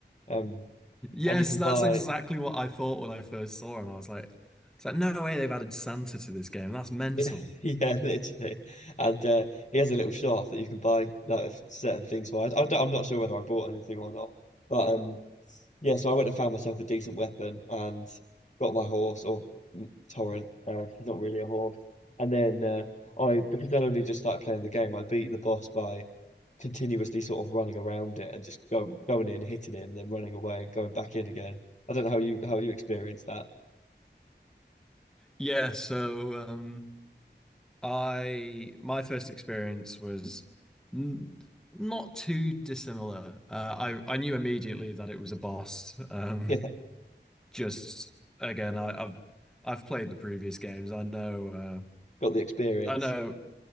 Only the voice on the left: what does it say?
Um,
and you can
buy
<laughs> yeah literally, and uh, he has a little shop that you can buy like certain things for. I, I don't, I'm not sure whether I bought anything or not, but um Yeah, so I went and found myself a decent weapon and got my horse or mm, torrent. Uh, he's not really a horse. And then uh, I, because I'd only just started playing the game, I beat the boss by continuously sort of running around it and just go, going in, hitting it, and then running away and going back in again. I don't know how you how you experienced that. <laughs>
Yeah,
got the experience.